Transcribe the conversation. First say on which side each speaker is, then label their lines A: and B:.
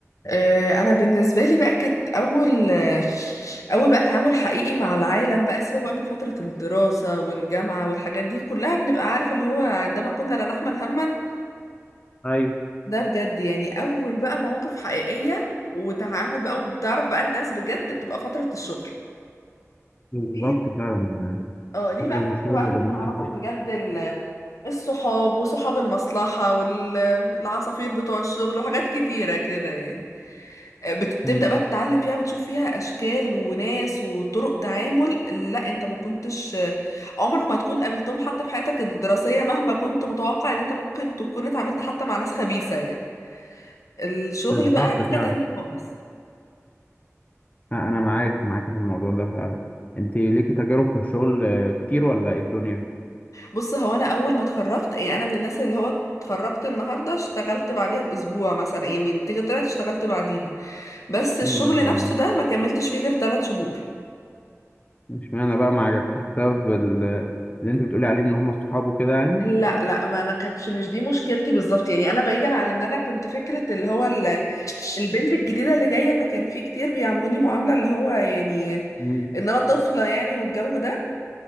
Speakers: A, on the left; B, on the left.
A: آه، انا بالنسبه لي بقى كانت اول آه، اول بقى تعامل حقيقي مع العالم بقى سيبك بقى من فتره الدراسه والجامعه والحاجات دي كلها بنبقى عارف اللي هو عندما كنا لا نحمل هما
B: ايوه
A: ده بجد يعني اول بقى مواقف حقيقيه وتعامل بقى وبتعرف بقى الناس بجد بتبقى فتره الشغل
B: بالظبط
A: دي
B: فعلا
A: اه دي
B: فترة
A: بقى
B: الشغل
A: فتره بقى
B: اللي
A: اللي
B: بميل
A: بتعرفك
B: بيها.
A: بجد ال- الصحاب وصحاب المصلحه والعصافير بتوع الشغل وحاجات كتيره كده يعني بت- بتبدأ
B: مم.
A: بقى تتعلم فيها بتشوف فيها أشكال وناس وطرق تعامل لا أنت ما كنتش عمرك ما تكون قابلتهم حتى في حياتك الدراسية مهما كنت متوقع إن أنت ممكن تكون اتعاملت حتى مع ناس خبيثة يعني الشغل
B: بالظبط
A: بقى
B: فعلا
A: حاجة تانية خالص
B: أ- انا معاك معاك في الموضوع ده فعلا انت ليكي تجارب في الشغل آه، كتير ولا ايه الدنيا
A: بص هو أنا أول ما اتخرجت يعني أنا من الناس اللي هو اتخرجت النهاردة اشتغلت بعديها بأسبوع مثلا يعني النتيجة طلعت اشتغلت بعديها بس الشغل
B: مم، ما شاء
A: نفسه
B: الله
A: ده ما كملتش فيه غير ثلاث شهور
B: اشمعنى بقى ما عجبكيش بسبب ال- اللي انت بتقولي عليه ان هم الصحاب وكده يعني
A: لا لا ما انا كانتش مش دي مشكلتي بالظبط يعني انا بعيدا عن ان انا كنت فكره اللي هو ال- البنت الجديده اللي جايه فكان في كتير بيعاملوني معامله اللي هو يعني
B: مم.
A: ان انا طفله يعني والجو ده